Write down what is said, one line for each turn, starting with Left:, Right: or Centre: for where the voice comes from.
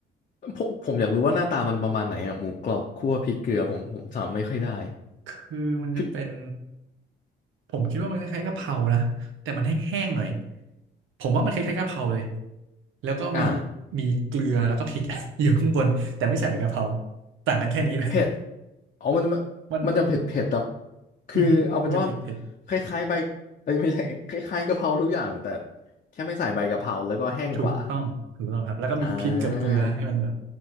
Left: ผมผมอยากรู้ว่าหน้าตามันประมาณไหนอ่ะหมูกรอบคั่วพริกเกลือผมผมจำไม่ค่อยได้
Right: คือมันจะเป็น
Left: พริก
Right: ผมคิดว่ามันคล้ายๆกะเพรานะ แต่มันแห้งๆหน่อยผมว่ามันคล้ายๆกะเพราเลยแล้วก็มี
Left: อ่า
Right: มีเกลือแล้วก็พริก <laughs> อยู่ข้างบนแต่ไม่ใส่ใบกะเพราต่างกันแค่นี้เลย
Left: เผ็ดอ๋อมันมันมันจะเผ็ดเผ็ดแต่
Right: มัน
Left: คือเอาเป็นว่า
Right: อือฮึมันจะเผ็ดเผ็ด
Left: คล้ายๆใบเอ้ยไม่ใช่คล้ายๆกะเพราทุกอย่างแต่แค่ไม่ใส่ใบกะเพราแล้วก็แห้งกว่า
Right: ถูกต้องถูกต้องครับแล้วก็มีพริกกับเกลือให้มันแบบ
Left: อ่า